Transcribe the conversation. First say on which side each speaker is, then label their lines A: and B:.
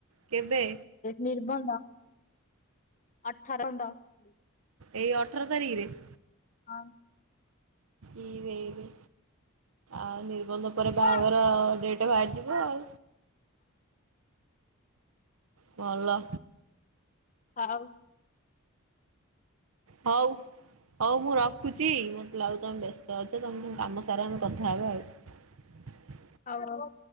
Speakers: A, on the right; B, on the left.
A: କେବେ?
B: ନିର୍ବନ୍ଧ। ଆଠର <unintelligible>
A: ଏଇ ଅଠର ତାରିଖରେ‌!
B: ହଁ।
A: ଇରେ ଇରେ ଆଉ ନିର୍ବନ୍ଧ ପରେ ବାହାଘର
B: ହଁ
A: ଡେଟ୍ ବାଜିବ ଆଉ। ଭଲ।
B: ଆଉ
A: ହଉ। ହଉ ମୁଁ ରଖୁଛି ମତେ ଲାଗୁଚି ତମେ ବ୍ୟସ୍ତ ଅଛ ତମେ ତମ କାମ ସାରା ଆମେ କଥା ହବା ଆଉ। ହ
B: ହଉ ହଉ।